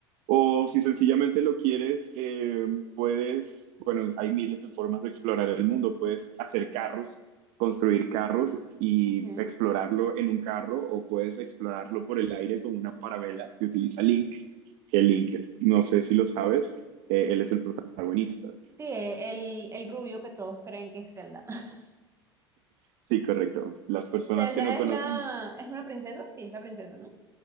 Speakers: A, on the right; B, on the right.
A: O si sencillamente lo quieres, eh, puedes, bueno, hay miles de formas de explorar el mundo. Puedes hacer carros, construir carros y
B: ujú.
A: explorarlo en un carro o puedes explorarlo por el aire con una parabela que utiliza Link. Que Link, no sé si lo sabes, eh, él es el protagonista.
B: Sí, eh, el, el rubio que todos creen que es Zelda. <laughs>
A: Sí, correcto. Las personas
B: Zelda
A: que no
B: es
A: conocen
B: la, es una princesa, sí, es la princesa, ¿no?